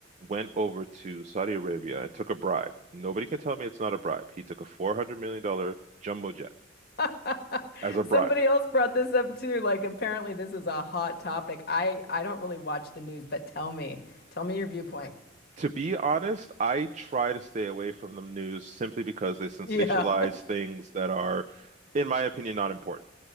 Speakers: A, on the right (about 35°); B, on the left (about 50°).
A: went over to Saudi Arabia and took a bribe. Nobody can tell me it's not a bribe. He took a $400 million dollars jumbo jet
B: <laughs>
A: as a
B: Somebody
A: bribe.
B: else brought this up too. Like apparently this is a hot topic. I I don't really watch the news, but tell me, tell me your viewpoint. <laughs>
A: to be honest, I try to stay away from the news simply because they sensationalize
B: Yeah.
A: things that are, in my opinion, not important.